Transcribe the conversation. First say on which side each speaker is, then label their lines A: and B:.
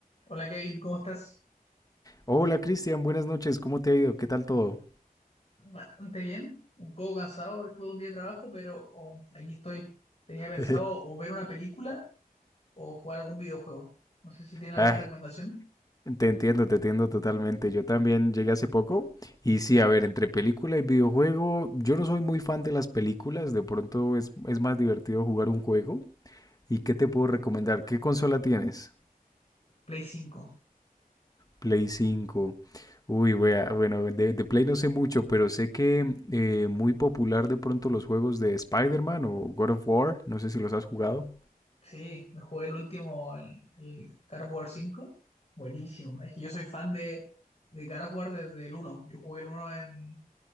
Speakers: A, on the left; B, on the left.
A: Hola Kevin, ¿cómo estás?
B: Hola Cristian, buenas noches, ¿cómo te ha ido? ¿Qué tal todo?
A: Bastante bien, un poco cansado después de un día de trabajo, pero oh, aquí estoy. Tenía pensado
B: <laughs>
A: o ver una película o jugar algún videojuego. No sé si tiene alguna
B: Ay,
A: recomendación.
B: te entiendo, te entiendo totalmente. Yo también llegué hace poco y sí, a ver, entre película y videojuego, yo no soy muy fan de las películas, de pronto es, es más divertido jugar un juego. ¿Y qué te puedo recomendar? ¿Qué consola tienes?
A: Play cinco.
B: Play 5. Uy, wea, bueno, de, de Play no sé mucho, pero sé que eh, muy popular de pronto los juegos de Spider-Man o God of War, no sé si los has jugado.
A: Sí, me jugué el último, el, el God of War 5. Buenísimo. Es que yo soy fan de, de God of War desde el uno. Yo jugué el uno en...